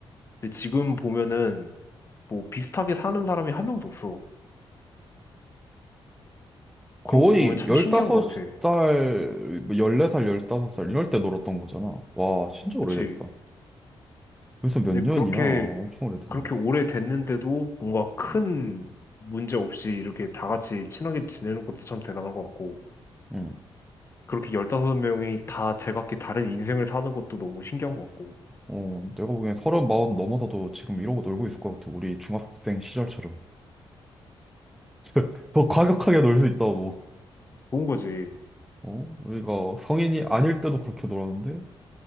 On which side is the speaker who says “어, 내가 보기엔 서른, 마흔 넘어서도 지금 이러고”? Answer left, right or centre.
Centre